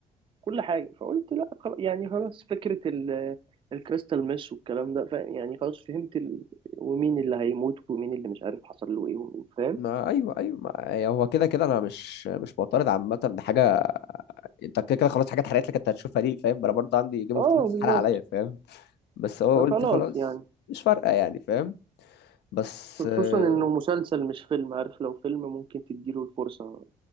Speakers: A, on the right (about 25°); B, on the left (about 60°).
A: كل حاجه فقلت لا خلاص يعني خلاص فكره ال الكريستال ميس والكلام ده ف يعني خلاص فهمت ال... ومين اللي هيموت ومين اللي مش عارف حصل له ايه ومين فاهم
B: ما ايوه ايوه ما يعني هو كده كده انا مش مش معترض عامه ان حاجه انت كده كده خلاص حاجات اتحرقت لك انت هتشوفها دي فاهم انا برضه عندي جيم
A: اه
B: اوف ثرونز
A: بالظبط
B: اتحرق عليا فاهم بس هو
A: فخلاص
B: قلت خلاص
A: يعني
B: مش فارقه يعني فاهم بس
A: خصوصا
B: آه،
A: انه مسلسل مش فيلم عارف لو فيلم ممكن تديله الفرصة